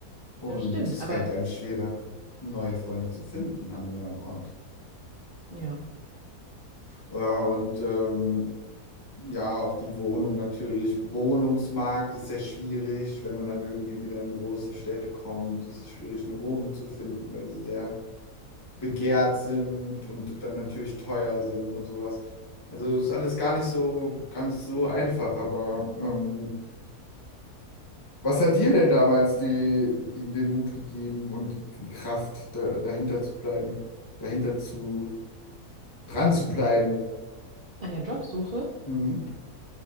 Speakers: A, on the left; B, on the right.
A: und
B: Das stimmt,
A: es
B: aber
A: fällt einem schwerer, neue Freunde zu finden an einem neuen Ort.
B: ja,
A: Ja, und ähm, ja, auch die Wohnung natürlich. Wohnungsmarkt ist sehr schwierig, wenn man dann irgendwie wieder in große Städte kommt. Es ist schwierig, eine Wohnung zu finden, weil sie sehr begehrt sind und dann natürlich teuer sind und sowas. Also ist alles gar nicht so, gar nicht so einfach, aber ähm, was hat dir denn damals die, die, den Mut gegeben und die, die Kraft, da, dahinter zu bleiben, dahinter zu, dran zu bleiben?
B: an der Jobsuche.
A: Hm?